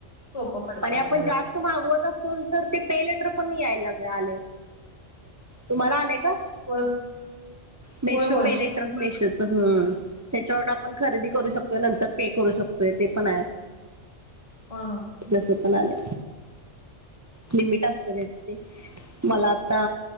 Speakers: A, on the left; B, on the right.
A: सोपं पडतंय
B: आणि आपण
A: आपल्याला.
B: जास्त मागवत असल तर ते पे लेटर पण या लागलय, आलय, तुम्हाला आलय काय?
A: होय
B: मेशो
A: होय होय
B: पे लेटर मेशोच, हम त्याच्यावरून आपण खरेदी करू शकतोय नंतर पे करू शकतोय, ते पण आहे.
A: होय होय,
B: जस पण आले, लिमिट असत त्याच ते मला आता,